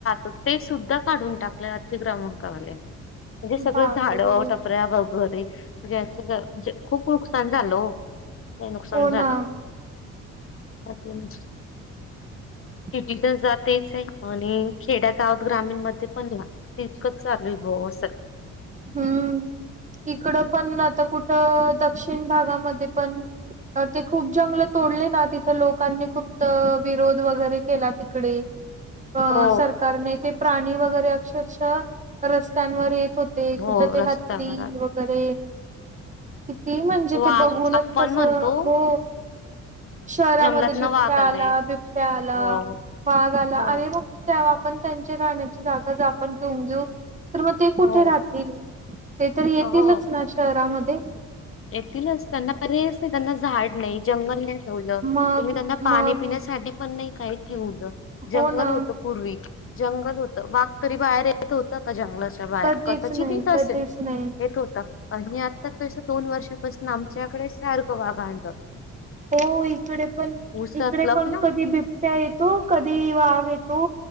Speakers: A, on the left; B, on the right.
A: ते सुद्धा काढून टाकलं आजच्या ग्रमांकावाल्यानी म्हणजे सगळं
B: बापरे
A: झाड णजे खूप नुकसान झालं हो ते नुकसान
B: हो
A: झालं
B: ना
A: अ ते नि
B: ह
A: सिटी तर जातेच आहे आणि खेड्या गावात ग्रामीण मध्ये पण या तितकं चालू आहे भा अस
B: हम्म इकडं पण आता कुठं दक्षिण भागामध्ये पण अ ते खूप जंगल तोडले ना तिथं लोकांनी खूप विरोध वगैरे केला तिकडे अ
A: हो
B: सरकारने ते प्राणी वगैरे अक्षरशः रस्त्यांवर येत होते
A: हो
B: कुठ ते
A: रस्त्यावर
B: हत्ती
A: आले
B: वगैरे किती म्हणजे
A: वाघ
B: ते बघूनच
A: आपण
B: कसं
A: म्हणतो
B: हो शहरामध्ये
A: जंगलात
B: बिबट्या
A: न वाघ आले
B: आला बिबट्या आला
A: हो
B: वाघ आला
A: हो
B: आणि मग ्हा आपण त्यांची राहण्याची जागा ज आपण घेऊन घेऊ तर मग ते कुठे
A: हो
B: राह ते तरी येतीलच
A: हो
B: ना शहरामध्ये
A: येतीलच त्यांना पर्यायच नाही त्यांना झाड नाही जंगल नाही ठेवलं
B: मग
A: तुम्ही त्यांना
B: मग
A: पाणी पिण्यासाठी पण नाही काही ठेवलं जंगल
B: हो ना
A: होत पूर्वी जंगल होतं वाघ तरी बाहेर येत होत का जंगलाच्या बाहेर
B: कधीच
A: कदाचित
B: नाही
A: येत असेल
B: कधीच नाही
A: येत होत आणि आत्ताचं दोन वर्षापासून आमच्याकडे सारखं वाघांलं
B: हो इकडे पण
A: उसात
B: इकडे
A: लपला
B: पण कधी बिबट्या येतो कधी वाघ येतो